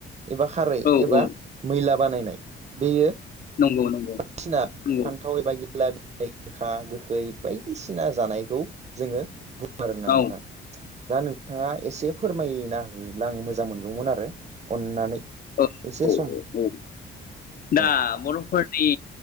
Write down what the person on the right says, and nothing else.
एबा खारै
एबा मैला बानायनाय बेयो
<unintelligible>
फान्थाव एबा <unintelligible> गोखा गोखै बायदिसिना जानायखौ जोङो आरोना
नोंथां। दा नों नोंथाङा एसे फोरमायना होब्ला आं मोजां मोनगौमोन आरो अननानै
एसे
सम
औ